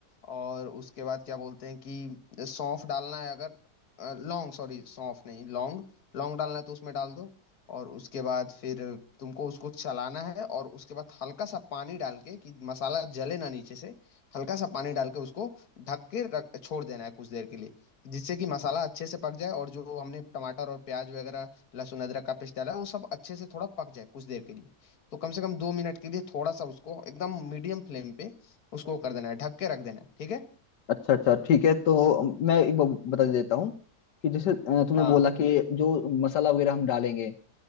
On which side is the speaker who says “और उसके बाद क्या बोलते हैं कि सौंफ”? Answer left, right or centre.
Left